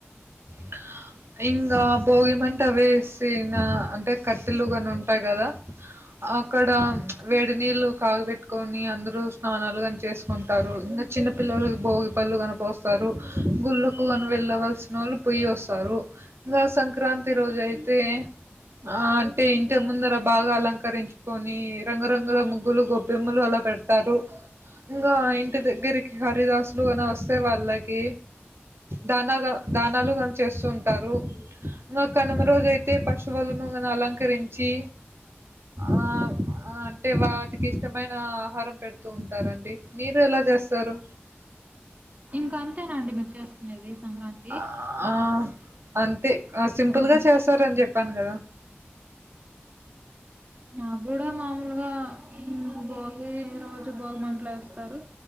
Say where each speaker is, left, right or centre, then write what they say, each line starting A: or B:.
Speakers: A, on the right; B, on the right.
A: ఇంకా ఇంగా భోగిమంట వేసిన అంటే కట్టెలు గాని ఉంటాయ్ గదా? అక్కడ ప్చ్ వేడి నీళ్ళు కాగబెట్కొని అందరూ స్నానాలు ఉంటారు ఇంగ చిన్న పిల్లలకి భోగి పళ్ళు కన పోస్తారు గుళ్ళకు గన వెళ్ళవల్సిన వోళ్ళు పోయ్యి వస్తారు ఇంగ సంక్రాంతి రోజు ఐతే ఆ అంటే ఇంటి ముందర బాగా అలంకరించుకొని రంగరంగుల ముగ్గులు గొబ్బెమ్మలు అలా పెడ్ టారు ఇంగా ఇంటి దగ్గరికి హరిదాసులు కన వస్తే వాళ్ళకి దానాగా దానాలు చేస్తుంటారు ఇంగ కనుమ రోజు ఐతే పశువులును అలంక కరించి ఆ ఆ అంటే వాట్ టికి ఇష్టమైన ఆహారం పెడుతూ ఉంటారండి మీరు ఎలా చేస్తారు?
B: ఇంకా అంతేనా అండి మీరు చేస్కునేది సంక్రాంత్
A: ఆ ఆ అంతే సింపుల్గా
B: ఆ
A: చేస్తారని చెప్పాను కదా
B: మా గూడ మామూలుగా ఉమ్ భోగి రోజు భోగిమంట్లు వేస్ టారు